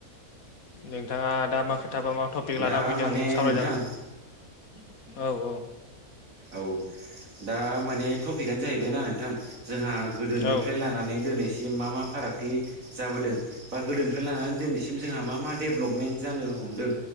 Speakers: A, on the left (about 65°); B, on the right (about 60°).
A: नोंथाङा दा मा खोथा बा मा टपिक
B: दा
A: लाना फैदों
B: माने
A: सावरायजागोन।
B: नोंथां
A: औ औ।
B: औ दा माने टपिकआनो जाहैबायनाा नोंथां जोंहा गोदोनिफ्राय
A: औ
B: लानानै दिनैसिम मा मा फारागथि जाबोदों बा गोदोनिफ्राय लानानै दिनैसिम जोंहा मा मा डेभेलपमेन्ट जानो हमदों